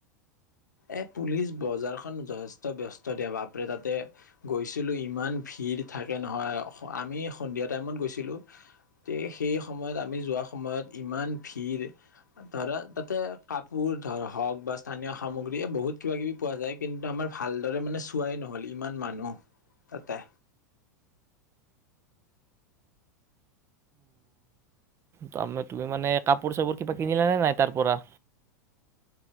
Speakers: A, on the left (about 75°); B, on the right (about 30°).
A: এই পুলিচ বজাৰখন যথেষ্ট ব্যস্ত বাপৰে তাতে গৈছিলোঁ ইমান ভিৰ থাকে নহয়! আমি সন্ধিয়া টাইমত গৈছিলোঁ তে সেই সময়ত আমি যোৱা সময়ত ইমান ভিৰ ধৰা তাতে কাপোৰ ধৰ হওক বা স্থানীয় সামগ্ৰীযে বহুত কিবা কিবি পোৱা যায়। কিন্তু আমাৰ ভালদৰে মানে চোৱাই নহ'ল ইমান মানুহ তাতে।
B: তাৰে তুমি মানে কাপোৰ চাপোৰ কিবা কিনিলানে নাই তাৰ পৰা।